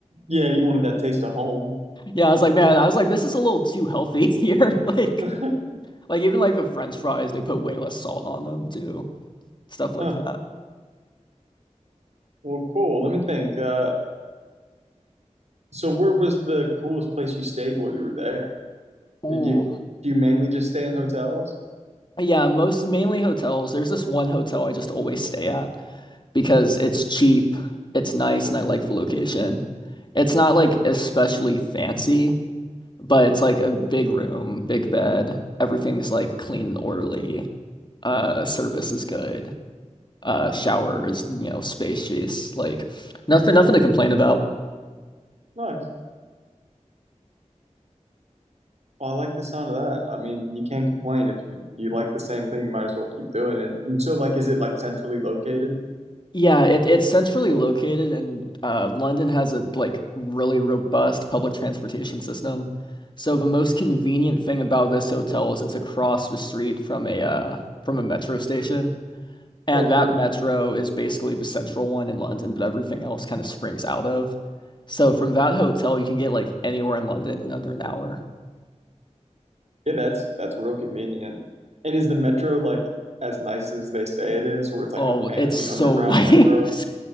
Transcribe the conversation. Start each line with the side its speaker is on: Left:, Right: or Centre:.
Right: Yeah, you wanted that taste of home.
Left: Yeah, I was like, man, I was like, this is a little too healthy <laughs> here. Like,
Right: <laughs>
Left: like even like the French fries, they put way less salt on them too. Stuff like
Right: Huh.
Left: that.
Right: Well, cool. Let me think. Uh So where was the coolest place you stayed while you were there?
Left: Ooh.
Right: Did you do you mainly just stay in hotels?
Left: Yeah, most mainly hotels. There's this one hotel I just always stay at because it's cheap, it's nice, and I like the location. It's not like especially fancy. But it's like a big room, big bed. Everything's like clean and orderly. Uh, service is good. Uh, shower is, you know, spacious. Like nothing, nothing to complain about.
Right: Nice. Well, I like the sound of that. I mean, you can't complain if you you like the same thing, you might as well keep doing it. And so like is it like centrally located?
Left: Yeah, it, it's centrally located, and uh, London has a like really robust public transportation system. So the most convenient thing about this hotel is it's across the street from a uh, from a metro station. And
Right: Oh, perfect.
Left: that metro is basically the central one in London, but everything else kind of springs out of. So from that hotel, you can get like anywhere in London in under an hour.
Right: Yeah, that's that's real convenient. And is the metro like as nice as they say it is, where it's like
Left: Oh,
Right: a fancy
Left: it's so
Right: underground
Left: <laughs> nice.
Right: metro?